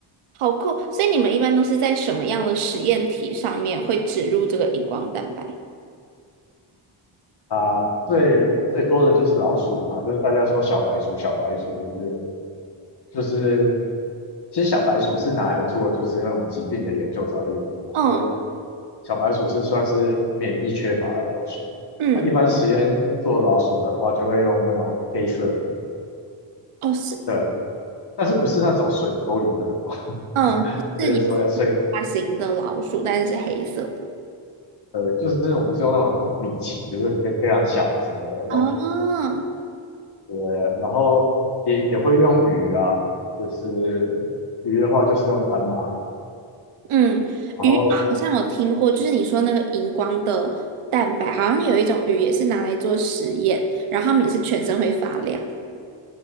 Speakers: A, on the right (about 80°); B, on the left (about 50°).
A: 好酷，所以你们一般都是在什么样的实验体上面会植入这个荧光蛋白？
B: 啊、最最多的就是老鼠嘛，就是大家说小白鼠，小白鼠就是就是，其实小白鼠是拿来做就是那种疾病的研究才会用的，
A: 嗯。
B: 就是小白鼠是算是免疫缺乏的老鼠。
A: 嗯，
B: 那一般实验做老鼠的话，就会用那种黑色的，
A: 哦是，
B: 对，但是不是那种水沟里那种
A: 嗯是也是很大型的老鼠，
B: <laughs> 我就说要以，
A: 但是是黑色的。
B: 呃，就是我们是用那种米奇，就是非非常小只的那种，
A: 哦，
B: 对。然后也也会用鱼啊，就是鱼的话就是用斑马鱼，
A: 嗯，
B: 然后
A: 鱼好像有听过，就是你说那个荧光的蛋白，好像有一种鱼也是拿来做实验，然后它们也是全身会发亮。